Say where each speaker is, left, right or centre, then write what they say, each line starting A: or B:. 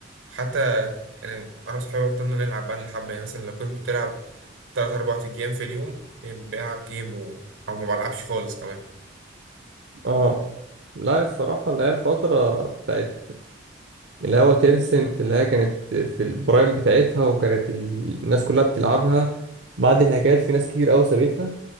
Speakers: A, on the right (about 85°); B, on the right (about 65°).
A: حتى أنا أنا وصحابي بطلنا نلعب بقى لنا حبة يعني مثلا لو كنت بتلعب تلات أربع أيام في اليوم بلعب جيم و... أو ما بلعبش خالص كمان
B: اه لا الصراحه اللي هي الفتره بتاعت اللي هو تينسنت اللي هي كانت في البرايم بتاعتها وكانت ال- الناس كلها بتلعبها بعد الهاكات في ناس كتير قوي سابتها